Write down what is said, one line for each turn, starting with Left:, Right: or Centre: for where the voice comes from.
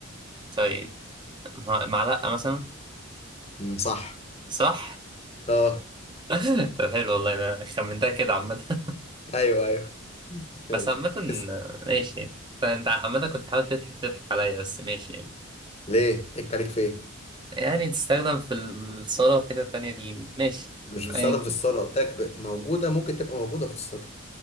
Right: طيب مع- معلقة مثلا
Left: مم. صح
Right: صح
Left: اه
Right: <laughs> طب حلو والله أنا خمنتها كده عامة <laughs>
Left: ايوه ايوه ماشي
Right: بس عامة
Left: اس-
Right: ماشي يعني فأنت عامة كنت بتحاول تضحك تضحك عليا بس ماشي يعني
Left: ليه تك عليك في ايه
Right: يعني تستخدم في الصالة وحتة تانية دي ماشي
Left: مش بتستخدم
Right: أيا كان
Left: في الصالة قلت لك ب- موجودة ممكن تبقى موجودة في الصالة